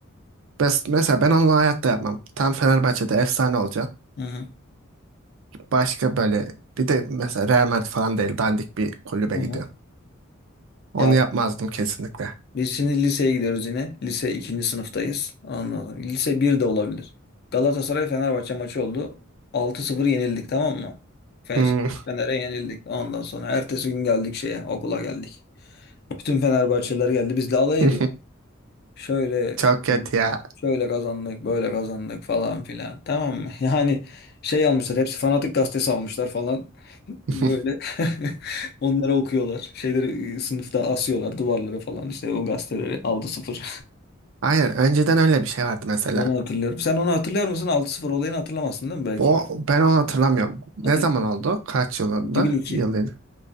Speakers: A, on the right; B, on the left.
A: Bes- mesela ben onu hayatta yapmam. Tam Fenerbahçe'de efsane olacaksın.
B: ha,
A: Başka böyle bir de mesela Real Madrid falan değil dandik bir kulübe
B: ha,
A: gidiyorsun.
B: ha.
A: Onu
B: Ya
A: yapmazdım kesinlikle.
B: Biz şimdi liseye gidiyoruz yine. Lise ikinci sınıftayız. Anladım. Lise bir de olabilir. Galatasaray Fenerbahçe maçı oldu. altı sıfır yenildik tamam mı? Fe-
A: Hmm.
B: Fener'e yenildik. Ondan sonra ertesi gün geldik şeye okula geldik. Bütün Fenerbahçeliler geldi. Biz de alay
A: <laughs>
B: ediyor. Şöyle
A: Çok kötü ya.
B: Şöyle kazandık, böyle kazandık falan filan. Tamam mı? <laughs> Yani şey almışlar, hepsi fanatik gazetesi almışlar falan. <laughs>
A: <laughs>
B: Böyle <laughs> onları okuyorlar. Şeyleri e, sınıfta asıyorlar duvarlara falan. İşte o gazeteleri aldı sıfır.
A: Aynen önceden öyle bir şey vardı mesela.
B: <laughs> Onu hatırlıyorum. Sen onu hatırlıyor musun? Altı sıfır olayını hatırlamazsın değil mi belki?
A: Bu, ben onu hatırlamıyorum. Ne
B: Hatırlamıyor
A: zaman
B: musun?
A: oldu? Kaç yılında?
B: iki. bin iki.
A: Yılıydı.